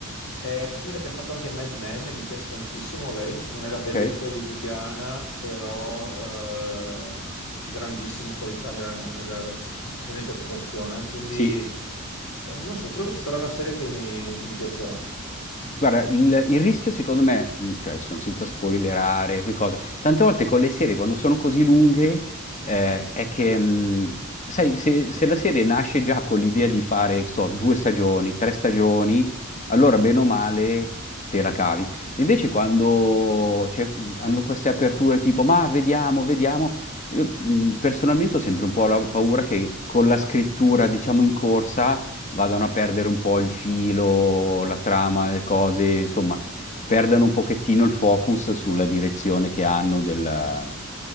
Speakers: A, on the left; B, on the left.
A: è quella che ha fatto anche Mad Men e mi piace tantissimo lei, non è la
B: ok,
A: bellezza hollywoodiana, però eh, grandissima qualità nella- nella- nell'interpretazione, quindi
B: sì,
A: eh, non so, credo che sarà una serie che mi, che mi piacerà.
B: Guarda, il, il rischio secondo me, mh, cioè sono senza spoilerare, o che cosa, tante volte con le serie quando sono così lunghe eh, è che, mh, sai, se, se la serie nasce già con l'idea di fare, che so, due stagioni, tre stagioni, allora bene o male te la cavi. Invece quando c'è- mm, hanno queste aperture tipo, ma vediamo, vediamo, io mh, personalmente ho sempre un po' la paura che con la scrittura, diciamo, in corsa vadano a perdere un po' il filo, la trama, le cose, insomma, perdano un pochettino il focus sulla direzione che hanno del,